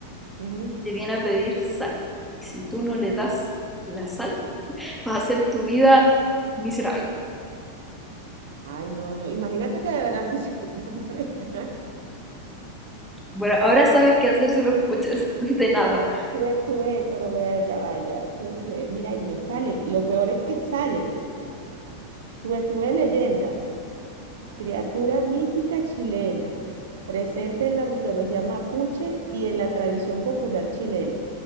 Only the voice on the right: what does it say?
ujú.
Ay, no, no. Imagínate que de verdad sí se <laughs> te aparezca.
Tuve, tuve, pero vea, ya vaya, tuve, tuve. Mira, y me sale. Lo peor es que sale. Tuve, tuve leyenda, criatura mítica chilena, presente en la mitología mapuche y en la tradición popular chilena.